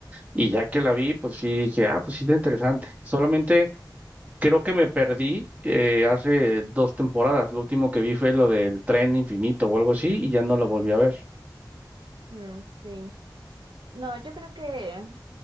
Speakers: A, on the right; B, on the right.
A: y ya que la vi, pues sí dije, ah, pues sí está interesante. Solamente creo que me perdí eh, hace dos temporadas. Lo último que vi fue lo del tren infinito o algo así y ya no la volví a ver.
B: Mm, sí. No, yo creo que